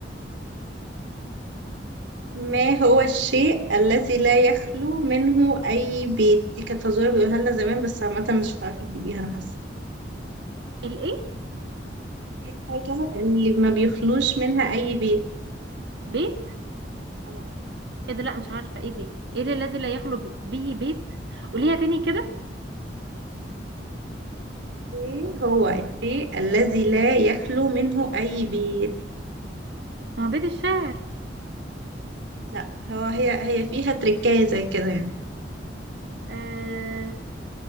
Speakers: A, on the right; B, on the right.
A: ما هو الشيء الذي لا يخلو منه أي بيت دي كانت فزورة بيقولها لنا زمان بس عامة مش هتعرفي تجيبيها أنا حاسة
B: الايه
A: ايه الحاجة اللي ما بيخلوش منها أي بيت
B: بيت
A: اه
B: ايه ده لا مش عارفه ايه دي ايه ده الذي لا يخلو ب- به بيت قوليها تاني كده
A: ايه هو الشيء الذي لا يخلو منه أي بيت
B: ما هو بيت الشاعر
A: لا هو هي هي فيها تركاية زي كده يعني
B: آه...